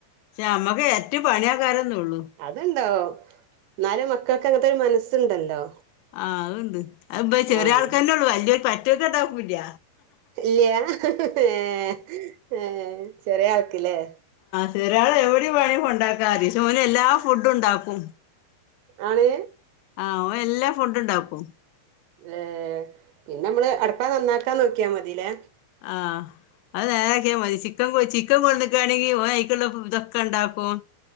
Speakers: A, on the left; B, on the right.
A: നമ്മക്ക് ഏറ്റ പണിയക്കാരൊന്ന ഉള്ളു
B: അത്ണ്ടാവും എന്നാലും മക്കൾക്ക് അങ്ങനത്തെ ഒരു മനസ്സുണ്ടല്ലോ
A: ആഹ് അത് അ ചെറിയ
B: ആഹ്
A: ആൾക്കാരെ ഉള്ളു വലിയൊരു മറ്റോൽക്ക് രണ്ടാക്കൂല്ല
B: ഇല്ല ഏ ഏ ചെറിയ ആൾക്കില്ലേ
A: ചെറിയ ആളെ എവിടെ കൊണ്ടാക്കാ ഓന് എല്ലാ ഫുഡും ഉണ്ടാക്കും
B: ആണ്
A: ആഹ് ഓൻ എല്ലാ ഫുഡ് ഉണ്ടാക്കും
B: ഏ പിന്നെ നമ്മള് അടപ്പാ നന്നാക്കാ നോക്കിയാ മതിലെ
A: ആഹ് അത് നേരക്കിയാ മതി ചിക്കൻ കൊച്ചി ചിക്കൻ കൊട്ന്നക്കുണെങ്കിൽ ഇതൊക്കെ ഉണ്ടാക്കും